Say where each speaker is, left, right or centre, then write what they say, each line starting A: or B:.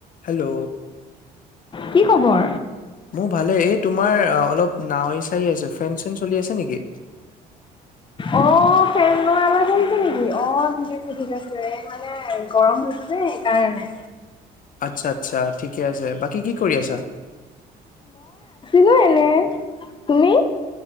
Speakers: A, on the left (about 55°); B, on the left (about 30°).
A: Hello!
B: কি খবৰ?
A: মোৰ ভালে। এই তোমাৰ অলপ নাৱ ই আহিছে। ফেন-চেন চলি আছে নেকি?
B: অ ফেনৰ আৱাজ আহিছে নেকি? অ ঠিক আছে ঠিক আছে এ মানে গৰম হৈছে যে সেইকাৰণে।
A: আচ্ছা আচ্ছা, ঠিকে আছে। বাকী কি কৰি আছা?
B: লো এনে তুমি?